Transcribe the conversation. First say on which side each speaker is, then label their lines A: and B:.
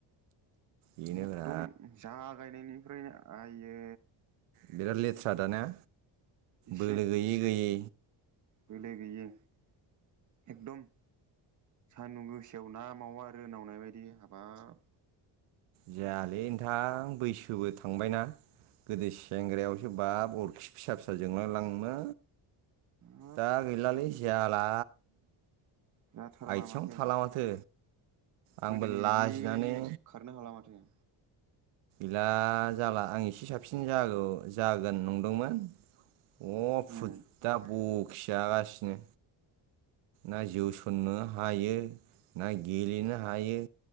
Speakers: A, on the right; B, on the right.
A: बेनोब्रा
B: एकदम जा गायनायनि फ्रायनो आइयै
A: बिराद ले थार दानिया
B: एसे
A: बोलो गैयै गयै
B: बोलो गैयै एकदम सान्दुं गोसायाव ना मावा रोनावनाय बायदि हाबाब
A: जायालै नोंथां बैसोबो थांबायना। गोदो सेंग्रायावसो बाब अरखि फिसा फिसै- जोंआ लांनो
B: हाब
A: दा गैलालै जाला
B: जाथारला
A: आथिङावनो
B: माथो।
A: थाला माथो आंबो
B: गोदोनि
A: लाजिनानै
B: बायदि खारनो हाला माथो
A: गैला जाला आं एसे साबसिन जागौ जागोन नंदोंमोन अह फुद्दा
B: उम
A: बुक फिसागासिनो ना जोसननो हायो ना गेलेनो हायो।